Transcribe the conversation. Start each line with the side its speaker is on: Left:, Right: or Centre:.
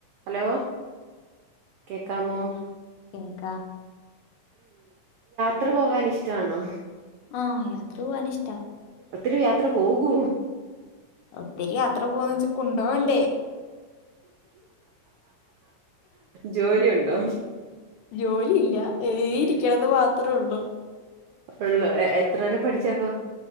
Right: Hello കേക്കാമോ
Left: ഇൻക
Right: എത്ര പോകാൻ ഇഷ്ടമാണോ
Left: ആഹ യാത്രൂ അനിഷ്ട
Right: ഒത്തിരി യാത്ര പോകുവോ
Left: ഒത്തിരി യാത്ര പോവ വച്ചാ കുണ്ടോണ്ടേ
Right: ജോലി ഉണ്ടോ
Left: ജോലിയില്ല എഴതി ഇരിക്കണത് മാത്രമേ ഉള്ളൂ
Right: ഉള്ളു എ എത്ര വരെ പഠിച്ചപ്പോ